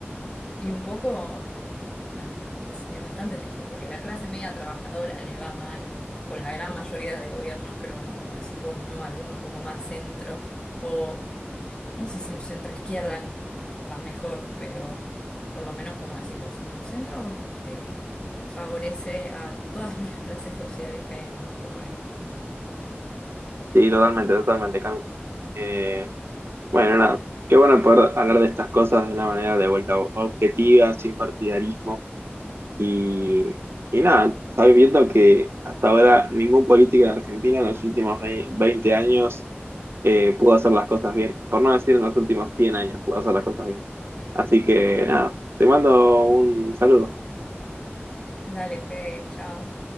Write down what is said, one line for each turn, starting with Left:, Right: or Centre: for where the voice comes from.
Left: y un poco, nada, es, es bastante triste porque la clase media trabajadora le va mal con la gran mayoría de gobiernos, pero bueno, como decís vos, ¿no? Alguno un poco más centro o no sé si un centro izquierda va mejor, pero por lo menos como decís vos, un centro eh, favorece a todas las <laughs> clases sociales que hay en nuestro país.
Right: Sí, totalmente, totalmente, Cami. Eh, Bueno, nada, qué bueno poder hablar de estas cosas de una manera de vuelta objetiva, sin partidarismo y, y nada, sabes viendo que hasta ahora ningún político en Argentina en los últimos ve- 20 años eh, pudo hacer las cosas bien, por no decir en los últimos 100 años pudo hacer las cosas bien. Así que nada, te mando un saludo.
Left: Dale, Fede, chao.